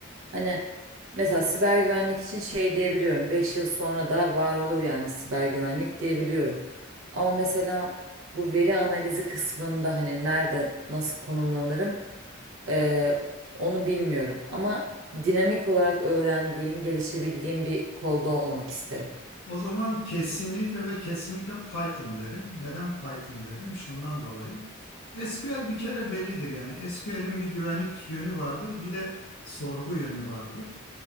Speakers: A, on the right (about 70°); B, on the left (about 80°).
A: Hani mesela siber güvenlik için şey diyebiliyorum. beş yıl sonra da var olur yani siber güvenlik diyebiliyorum. Ama mesela bu veri analizi kısmında hani nerede nasıl konumlanırım eee, onu bilmiyorum. Ama dinamik olarak öğrendiğim, gelişebildiğim bir kolda olmak isterim.
B: O zaman kesinlikle ve kesinlikle Python derim. Neden Python derim? Şundan dolayı. SQL bir kere bellidir yani. SQL'in bir güvenlik yönü vardır, bir de sorgu yönü vardır.